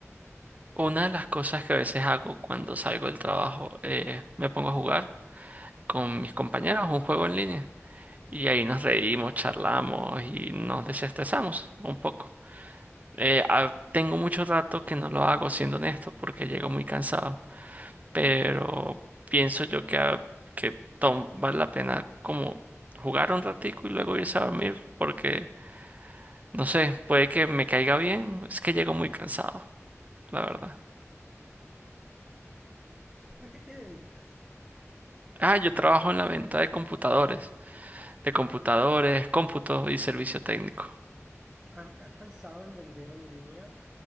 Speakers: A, on the right (about 30°); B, in the centre.
A: Una de las cosas que a veces hago cuando salgo del trabajo, eh, me pongo a jugar con mis compañeros un juego en línea. Y ahí nos reímos, charlamos y nos desestresamos un poco. Eh, ah, tengo mucho rato que no lo hago, siendo honesto, porque llego muy cansado. Pero pienso yo que, ah, que tom- vale la pena como jugar un ratico y luego irse a dormir, porque no sé, puede que me caiga bien. Es que llego muy cansado, la verdad.
B: ¿A qué te dedicas?
A: Ah, yo trabajo en la venta de computadores, de computadores, cómputo y servicio técnico.
B: ¿Has pensado en vender en línea?